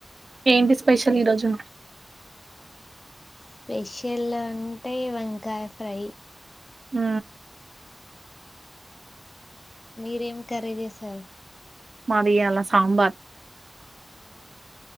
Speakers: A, on the right; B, on the left.
A: ఏంటి స్పెషల్ ఈరోజు
B: స్పెషల్ అంటే వంకాయ ఫ్రై
A: హ
B: మీరేం కరిచేసారు
A: మాదాల సాబార్
B: ఉహ్